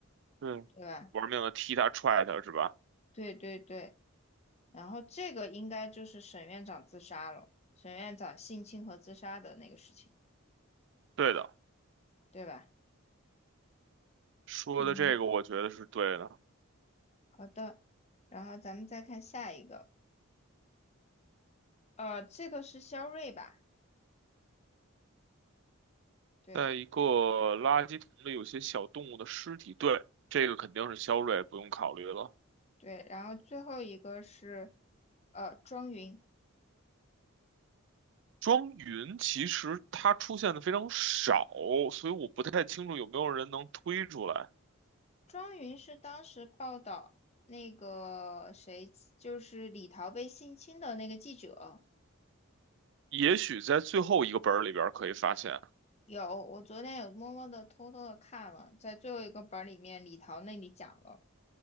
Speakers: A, on the right; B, on the left.
A: 对，
B: 对吧？
A: 玩命的踢他踹他是吧？
B: 对对对，然后这个应该就是沈院长自杀了，沈院长性侵和自杀的那个事情，
A: 对的，
B: 对吧？
A: 说的这个我觉得是对的。
B: 嗯。好的，然后咱们再看下一个，呃，这个是肖瑞吧？对
A: 在一个垃圾桶里有些小动物的尸体，对，这个肯定是肖瑞，不用考虑了。
B: 对，然后最后一个是，呃，庄云，
A: 庄云其实它出现的非常少，所以我不太清楚有没有人能推出来。
B: 庄云是当时报道那个谁，就是李桃被性侵的那个记者。
A: 也许在最后一个本儿里边儿可以发现，
B: 有，我昨天有默默的偷偷的看了，在最后一个本儿里面，李桃那里讲了，